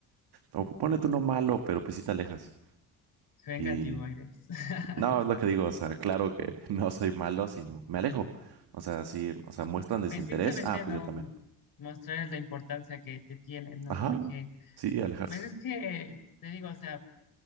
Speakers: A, on the right (about 65°); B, on the left (about 55°).
A: O ponle tú no malo, pero pues sí te alejas.
B: Vengativo
A: Y
B: eres. <laughs>
A: no, es lo que digo, o sea, claro que <laughs> no soy malo, sino me alejo. O sea, sí, o sea, muestran desinterés.
B: Pues simplemente
A: Ah, pues
B: no
A: yo también.
B: mostrar la importancia que te tienen, ¿no?
A: Ajá,
B: Porque
A: sí, alejarse.
B: pues es que, te digo, o sea,